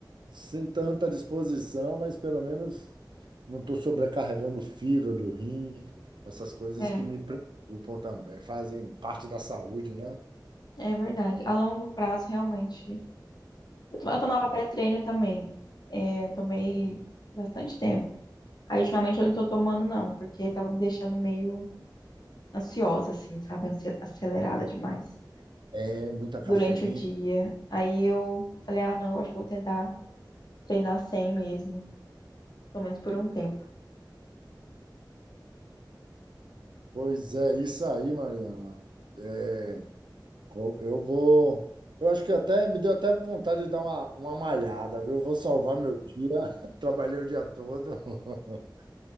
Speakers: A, on the right; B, on the left.
A: sem tanta disposição, mas pelo menos não estou sobrecarregando o fígado, o rim, essas coisas
B: É,
A: que me preocupam também, fazem parte da saúde, né?
B: é verdade. A longo prazo, realmente. Eu, to- eu tomava pré-treino também. É, tomei bastante tempo. Aí ultimamente eu não tô tomando, não, porque tava me deixando meio ansiosa, assim, sabe? Ansi- Acelerada demais
A: É, é muita cafeína.
B: durante o dia. Aí eu falei, ah, não, acho que eu vou tentar treinar sem mesmo, pelo menos por um tempo.
A: Pois é, isso aí, Mariana. É, co- eu vou. Eu acho que até me deu até vontade de dar uma, uma malhada, viu? Vou salvar meu dia. <laughs> Trabalhei o dia todo. <laughs>